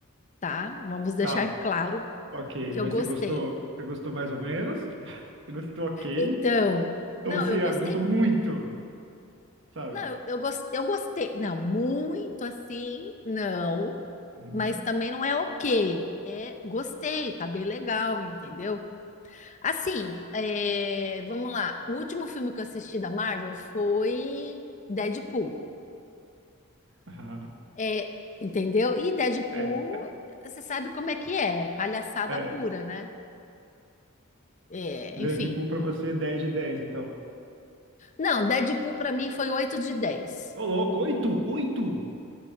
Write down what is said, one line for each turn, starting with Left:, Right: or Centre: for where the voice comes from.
Left: tá? Vamos deixar
Right: Tá,
Left: claro
Right: ok.
Left: que
Right: Mas
Left: eu gostei.
Right: você gostou? Você gostou mais ou menos? <laughs> Você gostou ok?
Left: Então, não,
Right: Ou você
Left: eu gostei,
Right: ah, gostou muito? Sabe?
Left: não, eu, eu, gos- eu gostei, não, muito assim, não,
Right: Hum.
Left: mas também não é ok. É, gostei, tá bem legal, entendeu? Assim, é, vamos lá. O último filme que eu assisti da Marvel foi Deadpool.
Right: Ah,
Left: É, entendeu? E Deadpool,
Right: é,
Left: você sabe como é que é, palhaçada
Right: <laughs> é.
Left: pura, né? É,
Right: Deadpool
Left: enfim.
Right: pra você, dez de 10. então.
Left: Não, Deadpool para mim foi oito de dez
Right: Ô, louco, Oito. 8?